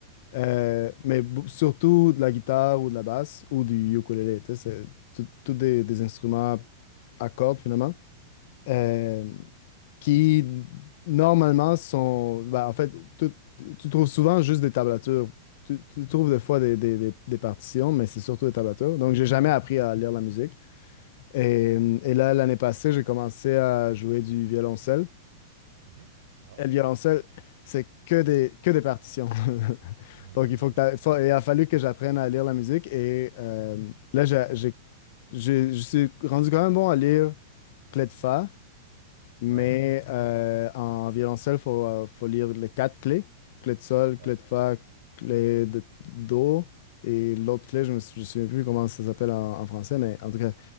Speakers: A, on the left; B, on the right.
A: Euh,
B: Mhm.
A: mais b- surtout de la guitare ou de la basse ou du ukulélé. tu sais, C'est tout, tout des, des instruments à cordes finalement euh,
B: Ouais.
A: qui normalement sont. ben, en fait, tout- tu trouves souvent juste des tablatures. Tu, tu trouves des fois des, des- des- des partitions, mais c'est surtout des tablatures.
B: Mhm.
A: Donc, j'ai jamais appris à lire la musique. Et, et là, l'année passée, j'ai commencé à jouer du violoncelle.
B: Mhm. Wow.
A: Et le violoncelle, c'est que des, que des partitions. <laughs>
B: Mhm.
A: Donc, il faut que t'a- faut- il a fallu que j'apprenne à lire la musique. Et euh, là, j'ai, j'ai- j'ai- je suis rendu quand même bon à lire clé de fa,
B: <laughs>
A: mais
B: Ouais.
A: euh, en violoncelle, il faut, euh, faut lire les quatre clés. Clé de sol,
B: Ouais.
A: clé de fa, clé de do. Et l'autre clé, je me sou- je me souviens plus comment ça s'appelle en, en français, mais en tout cas,